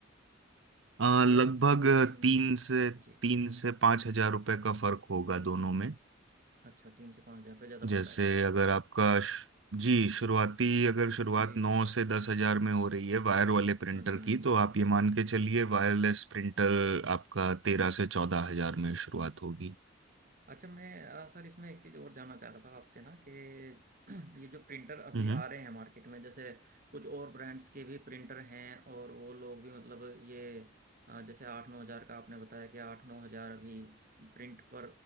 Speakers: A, on the right; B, on the right.
A: अ,
B: या
A: लगभग
B: सेम
A: तीन से
B: जी
A: तीन से पांच हजार रुपए का फर्क होगा दोनों में
B: अच्छा तीन से पाँच हज़ार रुपये ज़्यादा
A: जैसे
B: पड़ता है
A: अगर आपका श- जी शुरुआती
B: जी
A: अगर शुरुआत
B: जी
A: नौ
B: जी
A: से दस हजार में हो रही है वायर वाले प्रिंटर
B: हाँ जी हाँ
A: की
B: जी हाँ
A: तो
B: जी
A: आप ये मान के चलिए वायरलेस प्रिंटर आपका तेरह से चौदह हजार में शुरुआत होगी
B: अच्छा मैं अ, सर इसमें एक चीज़ और जानना चाह रहा था आपसे ना कि <clears throat> ये जो प्रिंटर अभी
A: हम्म
B: आ रहे हैं मार्केट में जैसे कुछ और ब्रांड्स के भी प्रिंटर हैं और वो लोग भी मतलब ये अ, जैसे आठ नौ हज़ार का आपने बताया कि आठ नौ हज़ार अभी प्रिंट पर